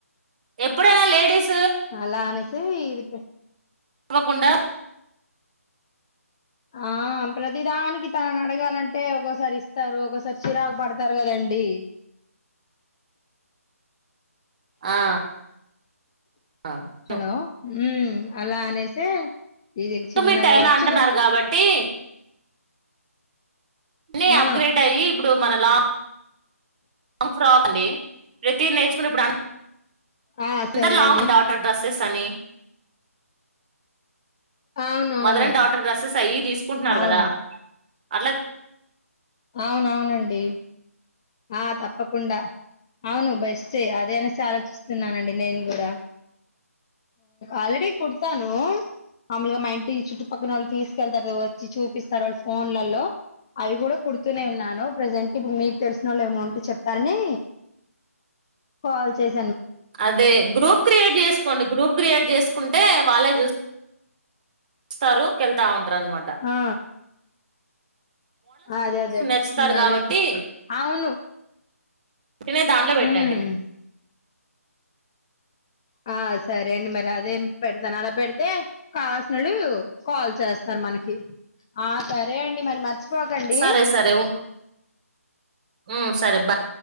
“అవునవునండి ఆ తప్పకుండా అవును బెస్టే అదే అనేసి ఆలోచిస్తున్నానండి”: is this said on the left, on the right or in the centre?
Left